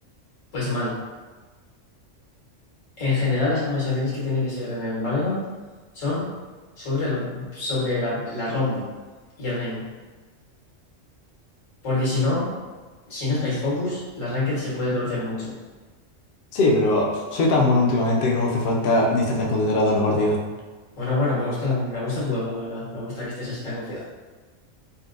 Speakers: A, on the left; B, on the left.
A: Pues mal. En general, las conversaciones que tienen que ser en el Valorant son sobre, el- sobre la, la ronda y el game. Porque si no, si no estáis focus, la Ranked se puede torcer mucho.
B: Sí, pero soy tan bueno últimamente que no me hace falta ni estar tan concentrado en la partida.
A: Bueno, bueno, me gusta, me gusta tu ego, la verdad. Me gusta que estés así tan confiado.